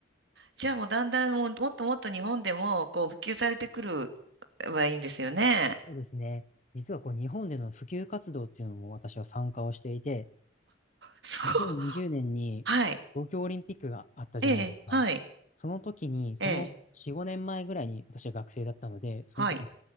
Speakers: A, on the right; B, on the left.
A: じゃあもうだんだんもうもっともっと日本でもこう普及されてくるはいいんですよね。
B: そうですね。実はこう日本での普及活動っていうのも私は参加をしていて、
A: そう。
B: 2020年にじゅうねんに東京オリンピックがあったじゃないですか。
A: はい。ええ、はい。
B: その時に、その4、
A: ええ、
B: 5年前ぐらいに私は学生だったので、その時に
A: はい。